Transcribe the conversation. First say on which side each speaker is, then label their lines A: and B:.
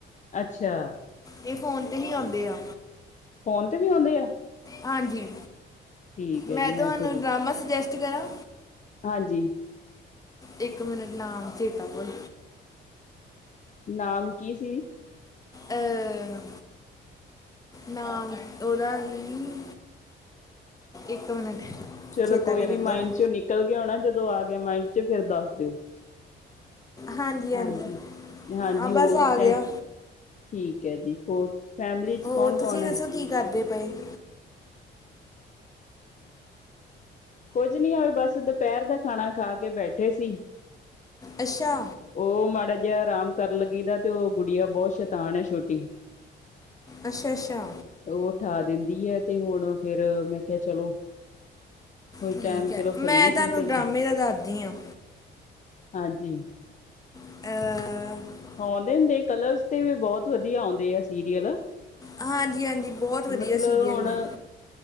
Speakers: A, on the left; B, on the left.
A: ਅੱਛਾ।
B: ਇਹ ਫ਼ੋਨ ਤੇ ਹੀ ਆਉਂਦੇ ਆ।
A: ਫੋਨ ਤੇ ਵੀ ਆਉਂਦੇ ਆ?
B: ਹਾਂਜੀ,
A: ਠੀਕ ਹੈ
B: ਮੈਂ
A: ਜੀ
B: ਤੁਹਾਨੂੰ
A: ਫਿਰ
B: ਡਰਾਮਾ ਸੁਜੈਸਟ ਕਰਾਂ।
A: ਹਾਂਜੀ।
B: ਇੱਕ ਮਿੰਟ ਨਾਮ ਚੇਤਾ ਭੁੱਲ
A: ਨਾਮ ਕੀ ਸੀ?
B: ਅਹ, ਨਾਮ ਉਹਦਾ ਹੀ ਇੱਕ ਮਿੰਟ
A: ਚਲੋ
B: ਚੇਤਾ
A: ਕੋਈ
B: ਕਰਨ
A: ਨੀ,
B: ਦੋ
A: ਮਾਇੰਡ 'ਚੋਂ ਨਿਕਲ ਗਿਆ ਹੋਣਾ ਜਦੋਂ ਆ ਗਿਆ ਮਾਇੰਡ 'ਚ, ਫਿਰ ਦੱਸ ਦਿਓ।
B: ਹਾਂਜੀ-ਹਾਂਜੀ,
A: ਹਾਂਜੀ ਹਾਂਜੀ
B: ਆ ਬਸ
A: ਹੋਰ ਫ
B: ਆ ਗਿਆ।
A: ਠੀਕ ਹੈ ਜੀ ਹੋਰ ਫੈਮਿਲੀ ਚ
B: ਹੋਰ
A: ਕੌਣ ਕੌਣ
B: ਤੁਸੀਂ
A: ਹੈ
B: ਦੱਸੋ ਕੀ ਕਰਦੇ ਪਏ? <inaudible>
A: ਕੁੱਝ ਨੀ ਹੋਵੇ ਬਸ ਦੁਪੇਰ ਦਾ ਖਾਣਾ ਖਾ ਕੇ ਬੈਠੇ ਸੀ।
B: ਅੱਛਾ।
A: ਉਹ ਮਾੜਾ ਜਿਹਾ ਆਰਾਮ ਕਰਨ ਲੱਗੀ ਦਾ ਤੇ ਓ ਗੁੜੀਆ ਬੋਤ ਸ਼ੈਤਾਨ ਛੋਟੀ
B: ਆਸ਼ਾ-ਆਸ਼ਾ।
A: ਉਹ ਉਠਾ ਦਿੰਦੀ ਏ ਤੇ ਹੁਣ ਫੇਰ ਮੈਂ ਕਿਹਾ ਚਲੋ ਕੋਈ
B: ਠੀਕ
A: ਟੇਮ
B: ਹੈ
A: ਚਲੋ
B: ਮੈਂ
A: ਫਰੀ
B: ਤੁਹਾਨੂੰ
A: ਸੀ ਤੇ
B: ਡਰਾਮੇ ਦਾ ਦੱਸਦੀ ਹਾਂ
A: ਹਾਂਜੀ।
B: ਅਅਅ
A: ਆਉਂਦੇ ਹੁੰਦੇ ਕਲਰਸ ਤੇ ਵੀ ਬੋਤ ਵਧੀਆ ਆਉਂਦੇ ਆ ਸੀਰੀਅਲ।
B: ਹਾਂਜੀ-ਹਾਂਜੀ ਬੋਤ ਵਧੀਆ
A: ਮਤਲਬ
B: ਸੀਰੀਅਲ
A: ਹੁਣ
B: ਨੇ।